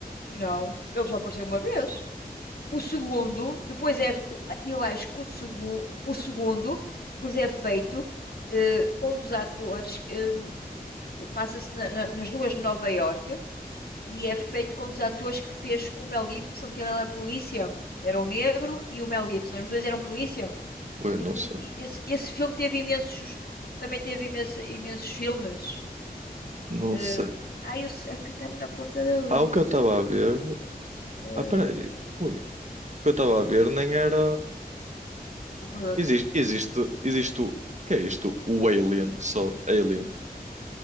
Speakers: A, on the left; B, on the right.
A: Não, ele só apareceu uma vez. O segundo, depois é. Eu acho que o segundo, o segundo, pois é feito eh, com um dos atores que hum, que passa-se na- na- nas ruas de Nova Iorque e é feito com um dos atores que fez com o Mel Gibson, que ele era polícia. Era o negro e o Mel Gibson. Os dois eram polícia.
B: Ui, não
A: Aquilo-
B: sei.
A: e- esse, esse filme teve imensos. Também teve imenso- imensos filmes.
B: Não
A: Ahm,
B: sei.
A: ai, eu sei é que está-me na ponta da
B: Há
A: língua.
B: o que eu estava a ver.
A: Ahm,
B: Ah, peraí. Ui. O que eu estava a ver nem era.
A: o Preda-
B: Existe, existe,
A: o-
B: existe o. que é isto? O Alien, só. Alien.